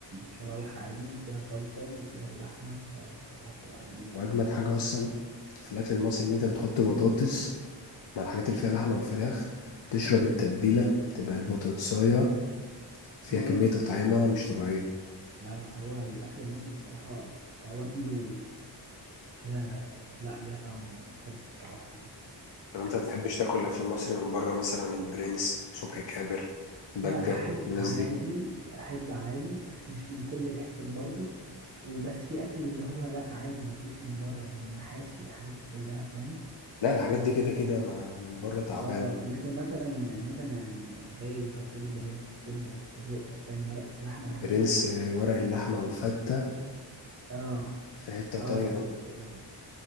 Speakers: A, on the right; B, on the left.
A: شرايح عادي فيها صلصه وفيها اللحمه فبصراحه بتبقى عالميه
B: واجمد
A: يعني
B: حاجه اصلا في الاكل المصري ان انت بتحط بطاطس مع الحاجات اللي فيها لحمه او فراخ تشرب التتبيله تبقى البطاطسايه فيها
A: اه
B: كميه اطعمه مش طبيعيه
A: لا لا هو الاكل المصري الصراحه توابله كده لا ليها طعم مختلف الصراحه يعني.
B: لو انت بتحبش تاكل اكل مصري من بره مثلا البرنس صبحي كابر بجة
A: لا احب
B: الناس
A: عادي
B: دي
A: احب عادي بس مش من كل الحتت برضو وبس في اكل اللي هو لا عادي ماكلوش من بره يعني المحاشي الحاجات دي كلها فاهم
B: لا الحاجات دي كده كده ما- من بره تعبانة
A: اه لكن مثلا مثلا زي انت بتقول البرنس الكبده السجق فاهم ورقه اللحمه الحاجات
B: برنس
A: دي
B: آه، ورق اللحمة والفتة
A: اه
B: في حتة
A: اه
B: طايرة
A: لا كده كده